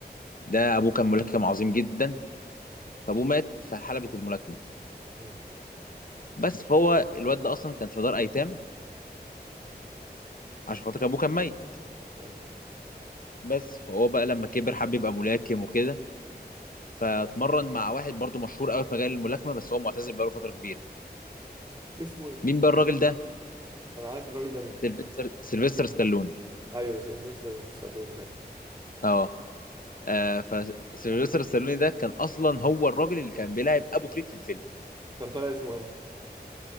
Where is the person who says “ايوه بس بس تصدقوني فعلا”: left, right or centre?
Right